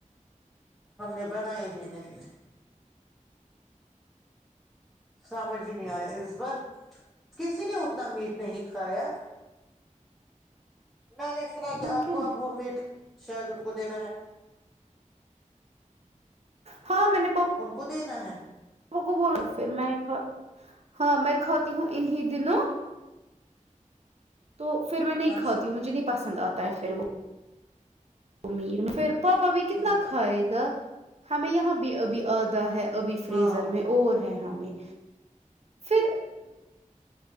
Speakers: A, in the centre; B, on the right.
A: ہم نے بناائی ہی نہی سمرجھ ہی نہیں آیا اس بار کسی نے اتنا میٹ نہیں کھایا میں نے سنا کہ
B: ہاں
A: آپ
B: کیا
A: کو اب وہ میٹ شاید ان کو دینا ہے
B: ہاں م نے پ
A: ان کو دینا ہے
B: کو بولوں پھر میں ک ہاں میں کھاتی ہوں انیں دنوں تو پھر میں نہیں
A: اچھا
B: کھاتی ہوں مجھے نہیں پسند آ ہوتا ہے پھر وہ ا میر پھر پاپا بھی کتنا
A: ہ
B: کھائے گا ہمیں یہاں بھی ابھی آدا ہے ابھی فریزر
A: ہاں
B: میں اور ہے ہمیں پھر